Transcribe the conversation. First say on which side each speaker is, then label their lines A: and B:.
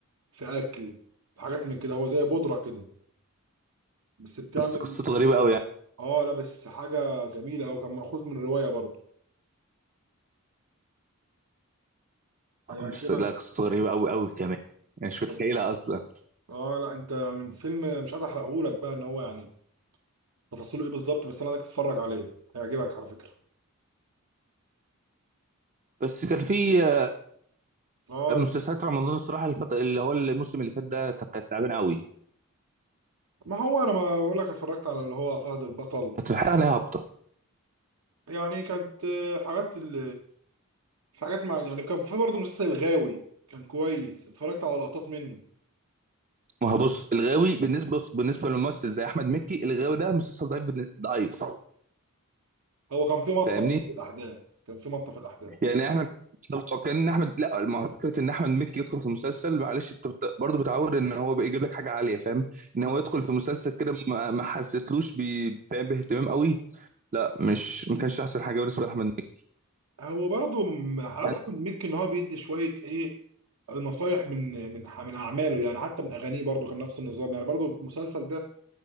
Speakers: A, on the right; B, on the right.
A: في اكل في حاجات من كده هو زي بودره كده بس بتعمل
B: بس قصته غريبة قوي يعني
A: اه لا بس حاجه جميله او كان مأخوذ من روايه برضه هيعجبك
B: بس لا قصته غريبة قوي قوي كمان يعني مش متخيلها
A: طب-
B: اصلا
A: اه لا انت يعني فيلم مش عايز احرقه لك بقى ان هو يعني تفاصيله ايه بالظبط بس انا عايزك تتفرج عليه هيعجبك على فكره
B: بس كان في آه،
A: اه
B: مسلسلات رمضان الصراحة الفترة اللي هو الموسم اللي فات ده كانت تعبانة قوي
A: ما هو انا ما بقول لك اتفرجت على اللي هو فهد البطل
B: كانت الحلقة عليها هابطة
A: يعني كانت آه، حاجات ال... في حاجات مع يعني كان في برضه مسلسل الغاوي كان كويس اتفرجت على لقطات منه
B: ما هو بص الغاوي بالنسبه بص بالنسبه لممثل زي احمد مكي الغاوي ده مسلسل ضعيف بالن- ضعيف
A: هو كان في مطه
B: فاهمني
A: بس في الاحداث كان في مطه في الاحداث
B: يعني احنا طب متوقعين ان احمد لا ما هو فكره ان احمد مكي يدخل في مسلسل معلش انت بت... برضه بتعود ان هو بيجيب لك حاجه عاليه فاهم
A: وانا
B: ان هو
A: فاهم.
B: يدخل في مسلسل كده ما, ما حسيتلوش ب... فاهم باهتمام قوي لا مش ما كانش احسن حاجه بالنسبه لاحمد مكي
A: هو برضه م- حلاوته
B: أنا-
A: من ميك ان هو بيدي شويه ايه نصايح من من ح- من اعماله يعني حتى من اغانيه برضه كان نفس النظام يعني برضه في المسلسل ده